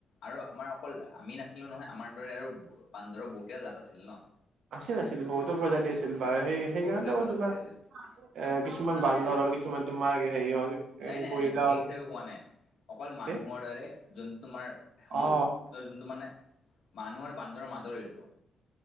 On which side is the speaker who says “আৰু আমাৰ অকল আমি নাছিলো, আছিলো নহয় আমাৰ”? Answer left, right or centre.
Left